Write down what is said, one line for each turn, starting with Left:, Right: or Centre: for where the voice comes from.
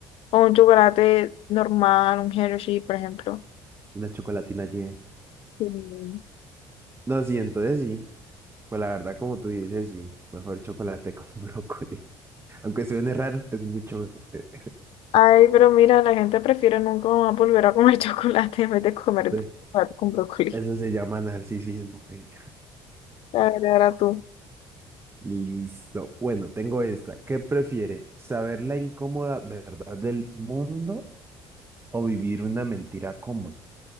Left: o un chocolate normal, un Hershey, por ejemplo.
Right: Una chocolatina llena.
Left: Sí.
Right: No, sí, entonces sí. Pues la verdad, como tú dices, sí. Mejor chocolate con <laughs> brócoli. Aunque suene raro, es mucho mejor. <laughs>
Left: Ay, pero mira, la gente prefiere nunca más volver a comer <laughs> chocolate en vez de comer
Right: Ve,
Left: chocolate con brócoli.
Right: Eso se llama narcisismo. eh.
Left: la verdad ahora tú.
Right: Listo. Bueno, tengo esta. ¿Qué prefiere? ¿Saber la incómoda verdad del mundo o vivir una mentira cómoda?